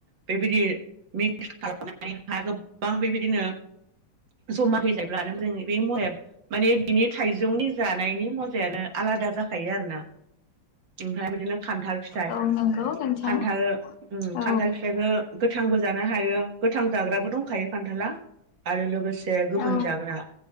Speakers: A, on the right; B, on the left.
A: बेबायदि मि फालौ <unintelligible> हा गोबां बेबायदिनो जमा होजायोब्लानो जों माने बिनि थाइजौनि जानायनि मजायानो आलादा जाखायो आरोना ओमफ्राय बिदिनो खान्थाल फिथाइ,
B: औ नंगौ नोंथां
A: खान्थाल उम
B: औ
A: खान्थाल फिथाइखो गोथांबो जानो हायो गोथां जाग्राबो दंखायो। खान्थाला आरो लोगोसे से गोमोन
B: औ
A: जाग्रा।